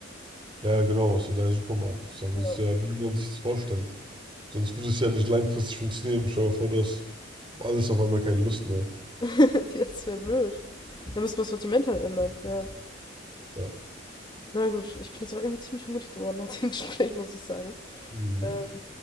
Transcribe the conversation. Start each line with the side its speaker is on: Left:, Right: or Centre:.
Right: Ja, ja, genau, ist ja dein Supermarkt sozusagen.
Left: Ja.
Right: Das ist ja, wie man sich das vorstellt. Sonst würde es ja nicht langfristig funktionieren. Stell dir mal vor, du hast auf alles auf einmal keine Lust mehr.
Left: <laughs> das wäre blöd. Dann müssen wir das Sortiment halt ändern, ja.
Right: Ja.
Left: Na gut, ich bin jetzt auch irgendwie ziemlich hungrig geworden nach dem <laughs> Gespräch, muss ich sagen.
Right: Mhm.
Left: Ähm,